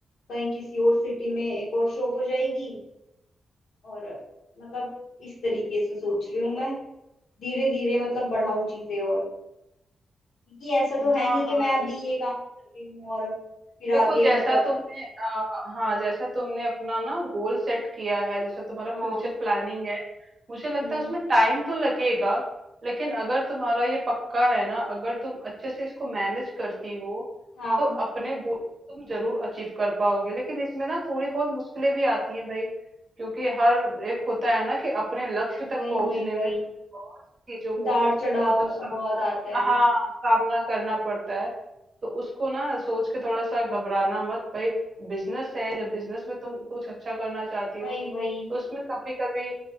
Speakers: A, on the left (about 85°); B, on the right (about 35°).
A: कहीं किसी और सिटी में एक और शॉप हो जाएगी और मतलब इस तरीके से सोच रही हूँ मैं धीरे धीरे मतलब बढ़ाऊं चीजें और क्योंकि ऐसा तो
B: हाँ
A: है नहीं कि
B: हाँ
A: मैं
B: ये
A: अभी
B: तो
A: ये काम कर रही हूँ और फिर
B: देखो
A: आगे
B: जैसा
A: मतलब
B: तुमने आ, हाँ जैसा तुमने अपना ना गोल सेट किया है जैसा तुम्हारा
A: हाँ
B: फ्यूचर प्लानिंग है मुझे लगता
A: हम्म
B: है उसमें टाइम तो लगेगा लेकिन अगर तुम्हारा ये पक्का है ना अगर तुम अच्छे से इसको मैनेज करती हो
A: हाँ
B: तो अपने गोल तुम जरूर अचीव कर पाओगे लेकिन इसमें ना थोड़ी बहुत मुश्किलें भी आती हैं भाई क्योंकि हर एक होता है ना कि अपने लक्ष्य तक
A: वही
B: पहुंचने
A: वही वही
B: में तुम्हें बहुत चीजों
A: उतार
B: को
A: चढ़ाव
B: मतलब सामना
A: बहुत आते हैं
B: हाँ सामना करना पड़ता है तो उसको ना सोच के थोड़ा सा घबराना मत भाई बिजनेस है जब बिजनेस में तुम कुछ अच्छा करना चाहती
A: वही
B: हो
A: वही
B: तो उसमें कभी कभी